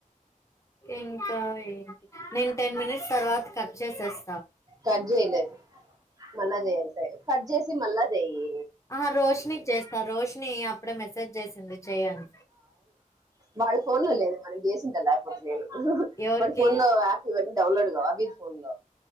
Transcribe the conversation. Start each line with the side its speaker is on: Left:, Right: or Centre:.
Left: ఇంకా ఏంటి నేను టెన్ మినిట్స్ తర్వాత కదు అయితే అస్త
Right: పజలే మన్నజయ అంత కట్ చేసి మళ్ళా చేయ్యి
Left: ఆహ రోషనికి చేస్తా రోషని ని అప్పుడ మెసేజ్ చేసింది చేయను
Right: వాళ్ళ ఫోన్లు లేదు మనం చేసింద లా పదేలు
Left: ఎవరికి
Right: మరి ఫోన్ లో యాప్ ఇవన్నీ డౌన్లోడ్ కావ అబి ఫోన్ లో